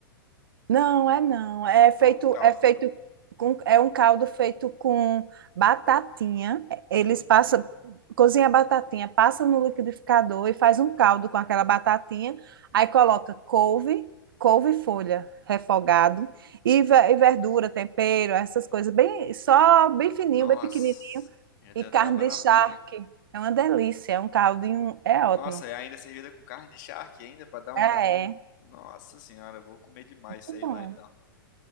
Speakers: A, on the right (about 70°); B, on the left (about 55°).
A: Não, é não. É feito,
B: É um caldo.
A: é feito com, é um caldo feito com batatinha. Eles
B: Hum.
A: passam, cozinha a batatinha, passa no liquidificador e faz um caldo com aquela batatinha. Aí coloca couve, couve-folha refogado e, ve- e verdura, tempero, essas coisas bem, só bem fininho,
B: Nossa,
A: bem pequenininho.
B: já deu
A: E carne
B: até água
A: de
B: na
A: charque.
B: boca.
A: É uma delícia. É um caldinho. É ótimo.
B: Nossa, e ainda servida com carne de charque ainda pra dar um...
A: É, é.
B: Nossa senhora, eu vou comer demais
A: Muito
B: isso aí
A: bom.
B: lá então.